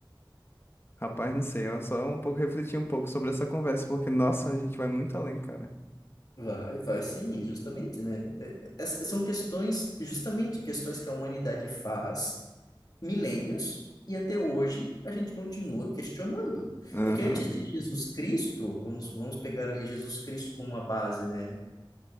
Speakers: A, on the left; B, on the left.
A: rapaz, não sei, ó, só um pouco refletir um pouco sobre essa conversa, porque, nossa, a gente vai muito além, cara.
B: Vai, vai sim, e justamente, né? é- é- é, são questões, justamente, questões que a humanidade faz milênios e até hoje a gente continua questionando.
A: Aham.
B: Porque antes de Jesus Cristo, vamos, vamos pegar ali Jesus Cristo como a base, né?